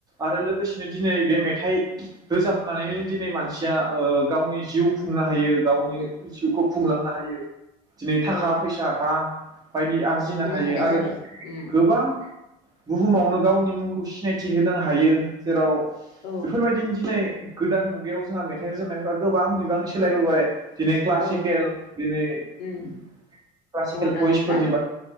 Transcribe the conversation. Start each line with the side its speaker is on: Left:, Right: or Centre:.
Right: आरो लोगोसेनो दिनै बे मेथाइ रोजाबनानैनो दिनै मानसिया ओ गावनि जिउ खुंनो हायो गावनि जिउखौ खुंलांनो हायो दिनै थाखा
Left: औ
Right: फैसा रां बायदि आरजिनो हायो
Left: हानाय
Right: आरो
Left: जाबाय उम
Right: गोबां बुहुमावनो गावनि मुंखौ सि सिनायथि होनो हायो जेराव
Left: औ
Right: बेफोरबायदिनो दिनै गोदान मुगायाव जोंहा मेथाइ रोजाबनायफ्रा गोबां बिबांनि सोलायबोबाय दिनै क्लासिकेल
Left: औ
Right: दिनै क्लासिकेल
Left: उम मदार्न
Right: भइसफोरनि
Left: ना
Right: बा